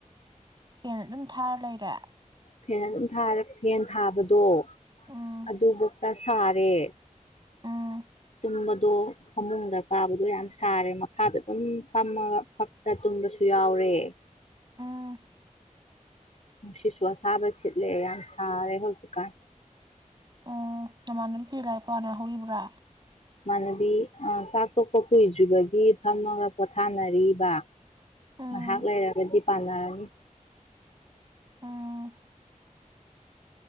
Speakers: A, on the right; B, on the left.
A: ꯐꯦꯟ ꯑꯗꯨꯝ ꯊꯥꯔ ꯂꯩꯔꯦ
B: ꯐꯦꯟ ꯑꯗꯨꯝ ꯊꯥꯔ ꯐꯦꯟ ꯊꯥꯕꯗꯣ
A: ꯎꯝ
B: ꯑꯗꯨ ꯕꯣꯛꯇ ꯁꯥꯔꯦ
A: ꯎꯝ
B: <unintelligible> ꯗꯣ ꯐꯃꯨꯡꯗ ꯀꯥꯕꯗꯣ ꯌꯥꯝ ꯁꯥꯔꯦ ꯃꯈꯥꯗ ꯑꯗꯨꯝ ꯐꯝꯃꯒ ꯐꯛꯇ ꯇꯨꯝꯕꯁꯨ ꯌꯥꯎꯔꯦ
A: ꯎꯝ
B: ꯅꯨꯡꯁꯤꯠꯁꯨ ꯑꯁꯥꯕ ꯁꯤꯠꯂꯦ ꯌꯥꯝ ꯁꯥꯔꯦ ꯍꯧꯖꯤꯛꯀꯥꯟ꯫
A: ꯎꯝ ꯅꯃꯥꯟꯅꯕꯤ ꯁꯤꯡꯗꯤ ꯂꯥꯏꯔꯤꯛꯄꯅ ꯍꯧꯔꯤꯕ꯭ꯔꯥ
B: ꯏꯃꯥꯟꯅꯕꯤ ꯆꯥꯛ ꯇꯣꯛꯄ ꯀꯨꯏꯗ꯭ꯔꯤꯕꯒꯤ ꯐꯝꯃꯒ ꯄꯣꯊꯥꯅꯔꯤꯕ
A: ꯎꯝ
B: ꯉꯥꯏꯍꯥꯛ ꯂꯩꯔꯒꯗꯤ ꯄꯥꯅꯔꯅꯤ
A: ꯎꯝ